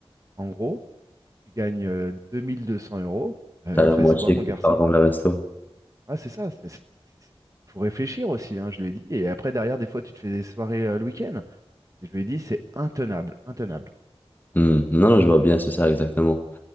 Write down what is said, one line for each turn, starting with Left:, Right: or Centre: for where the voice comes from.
Right: En gros, tu gagnes euh, 2200 euros. Euh,
Left: T'as
Right: il
Left: la
Right: te
Left: moitié
Right: reste quoi, mon
Left: qui
Right: garçon?
Left: part dans le resto.
Right: Ah, c'est ça. c'est- c'est- c'est- Faut réfléchir aussi, hein, je lui ai dit. Et après, derrière, des fois, tu te fais des soirées euh, le week-end. Et je lui ai dit, c'est intenable, intenable.
Left: Hmm. Non, non, je vois bien, c'est ça, exactement.